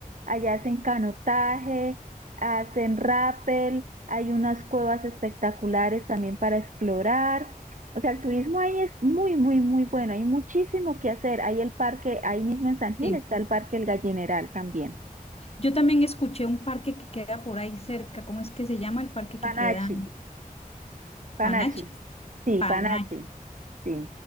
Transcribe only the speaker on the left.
Sí.
Yo también escuché un parque que queda por ahí cerca, ¿cómo es que se llama el parque que
queda?
Panachi,
Panachi.